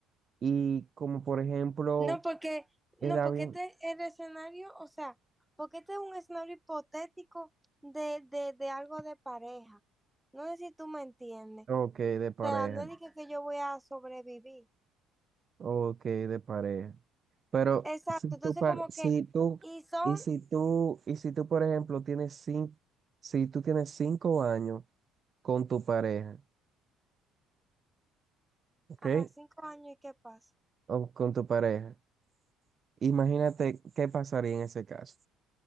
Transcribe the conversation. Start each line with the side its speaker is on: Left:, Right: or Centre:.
Right: y como por ejemplo,
Centre: No, porque,
Right: el
Centre: no,
Right: avión,
Centre: porque este es el escenario, o sea, porque este es un escenario hipotético de, de, de algo de pareja. No sé si tú me entiendes.
Right: ok, de pareja,
Centre: O sea, no digo que que yo voy a sobrevivir.
Right: ok, de pareja. Pero
Centre: Exacto,
Right: si tú,
Centre: entonces
Right: pa-
Centre: como
Right: si
Centre: que,
Right: tú,
Centre: y son,
Right: y si tú, y si tú, por ejemplo, tienes cinco, si tú tienes cinco años con tu pareja, ¿ok?
Centre: ajá, cinco años, ¿y qué pasa?
Right: o con tu pareja. Imagínate qué pasaría en ese caso.